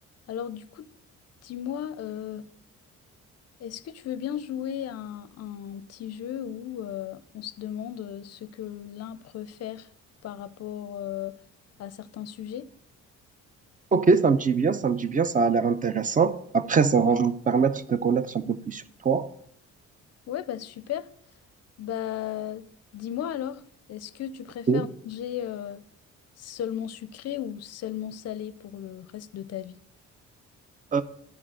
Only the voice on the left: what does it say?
Alors du coup, dis-moi, euh, est-ce que tu veux bien jouer à un, un petit jeu où euh, on se demande euh, ce que l'un préfère par rapport euh, à certains sujets?
Ouais, bah super. Bah dis-moi alors, est-ce que tu préfères
manger euh, seulement sucré ou seulement salé pour le reste de ta vie?